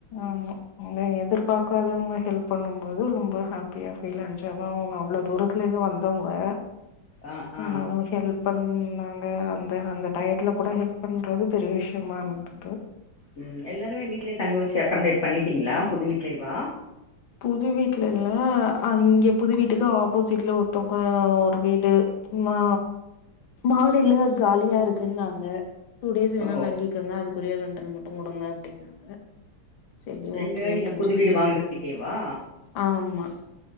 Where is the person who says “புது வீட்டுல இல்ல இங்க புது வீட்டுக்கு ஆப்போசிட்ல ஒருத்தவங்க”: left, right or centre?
Left